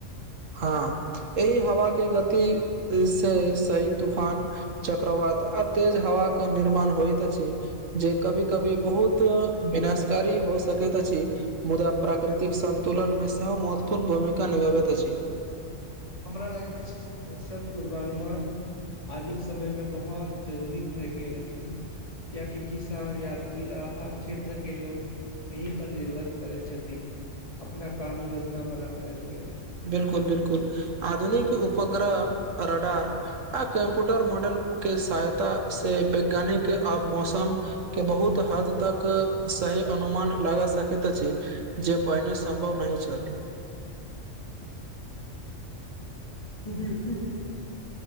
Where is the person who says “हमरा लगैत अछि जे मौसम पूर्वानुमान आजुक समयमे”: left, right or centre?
Left